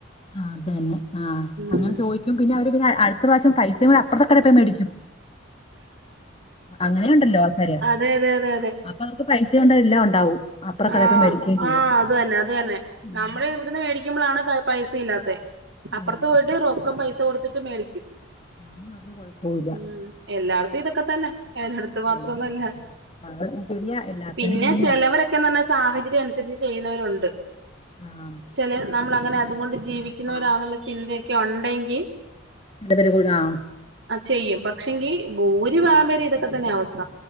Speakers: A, on the left; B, on the right.
A: ആഹ് അതെന്നെ ആഹ് അങ്ങനെ
B: ഉം
A: ചോയ്ക്കും പിന്നെ അവര് പിന്നെ അടുത്ത പ്രാവശ്യം പൈസയും കൊണ്ടപ്പറത്തെ കടേ പോയ് മേടിക്കും. അങ്ങനേയുണ്ടല്ലോ ആൾക്കാര്
B: അതെ അതെ അതെ
A: അപ്പൊ അവർക്ക് പൈസ ഉണ്ട എല്ലാം ഉണ്ടാവും അപ്പറ കടയിൽ
B: ആഹ
A: പോയി മേടിക്കുകയും ചെയ്യാം
B: ആഹ് അത് തന്നെ അത് തന്നെ
A: ഉം
B: നമ്മള് ഇവിടുന്ന് മേടിക്കുമ്പോഴാണ് പൈസയില്ലാത്ത അപ്പുറത്ത്
A: ഉം.
B: പോയിട്ട് റൊക്കം പൈസ കൊടുത്തിട്ട് മേടിക്കും
A: അതിന് അവർക്ക് കുഴപ്പമില്ല
B: ഉം എല്ലാട്ത്തും ഇതൊക്കെ തന്നെ അവടെ അടുത്ത് മാത്രൊന്നുമല്ല
A: ഉം. അത് ശരിയാ എല്ലാത്തിനും
B: പിന്നെ
A: ഇതന്നെയാ
B: ചിലവരെ സാഹചര്യം അനുസരിച്ച് ചെയ്യുന്നവരുണ്ട്
A: ആഹ്
B: ചെല നമ്മൾ അങ്ങനെ അതൊണ്ട് ജീവിക്കുന്നവരാെന്നുള്ള
A: ആഹ്
B: ചിന്തയൊക്കെ ഉണ്ടെങ്കിൽ
A: എ പരി കൂട ആ
B: ചെയ്യും പക്ഷെങ്കി ഭൂരി ഭാഗം പേരും ഇതൊക്കെ തന്നെ അവസ്ഥ